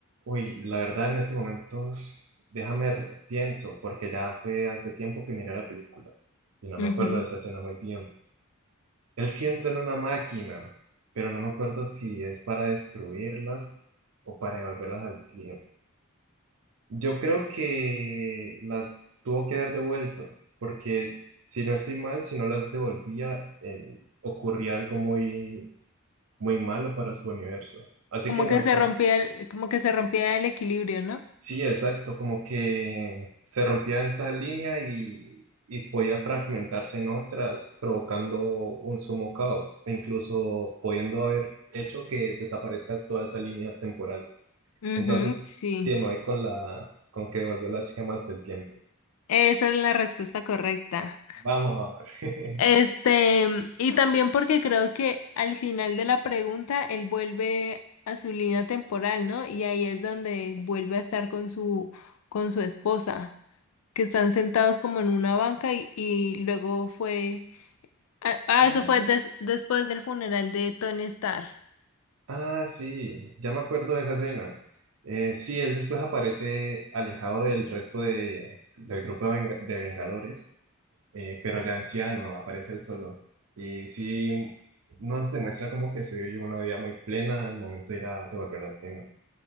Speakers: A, on the right; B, on the left.
A: Uy, la verdad en este momento, es- déjame re- pienso, porque ya fue hace tiempo que miré la película y no
B: Ujú,
A: me acuerdo de esa escena muy bien. Él sí entra en una máquina, pero no me acuerdo si es para destruirlas o para devolverlas al tiempo. Yo creo que las tuvo que haber devuelto, porque si no estoy mal, si no las devolvía, eh, ocurría algo muy, muy malo para su universo. Así
B: Como
A: que me
B: que
A: voy
B: se
A: con...
B: rompía el, como que se rompía el equilibrio, ¿no?
A: Sí, exacto, como que se rompía esa línea y, y podía fragmentarse en otras, provocando un sumo caos, e incluso pudiendo haber hecho que desaparezca toda esa línea temporal.
B: ujú,
A: Entonces,
B: sí.
A: sí, me voy con la, con que devolvió las gemas del tiempo.
B: Esa es la respuesta correcta.
A: Vamos. <laughs>
B: Este, y también porque creo que al final de la pregunta él vuelve a su línea temporal, ¿no? Y ahí es donde vuelve a estar con su, con su esposa, que están sentados como en una banca y, y luego fue, ah, ah,
A: Ah,
B: eso fue des- después del funeral de Tony Stark.
A: Ah, sí, ya me acuerdo de esa escena. Eh, sí, él después aparece alejado del resto de, del grupo de, venga- de Vengadores, eh, pero ya anciano, aparece él solo. Y sí, nos demuestra como que se vivió una vida muy plena al momento de ir a devolver las gemas.